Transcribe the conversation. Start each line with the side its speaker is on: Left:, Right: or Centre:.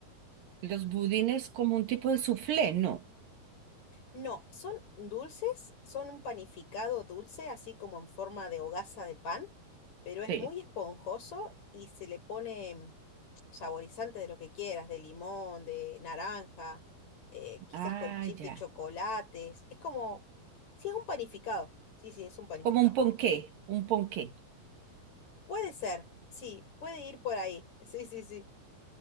Right: Los budines como un tipo de soufflé, no.
Left: No, son dulces, son un panificado dulce, así como en forma de hogaza de pan, pero es
Right: Sí.
Left: muy esponjoso y se le pone saborizante de lo que quieras, de limón, de naranja, eh, quizás
Right: Ah,
Left: con chip
Right: ya.
Left: de chocolates. Es como, sí, es un panificado. Sí, sí, es un panificado.
Right: Como un ponqué, un ponqué.
Left: Puede ser, sí, puede ir por ahí. <laughs> Sí, sí, sí.